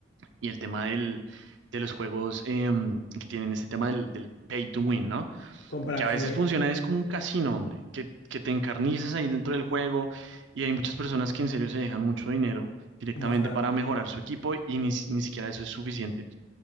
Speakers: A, on the right; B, on the left.
A: y el tema del, de los juegos em, que tienen este tema del, del pay to win, ¿no?
B: Comprar,
A: Que a veces
B: sí, hay
A: funciona es como un casino, hombre, que, que te encarnizas ahí dentro del juego y hay muchas personas que en serio se dejan mucho dinero directamente
B: bastante.
A: para mejorar su equipo y ni, ni siquiera eso es suficiente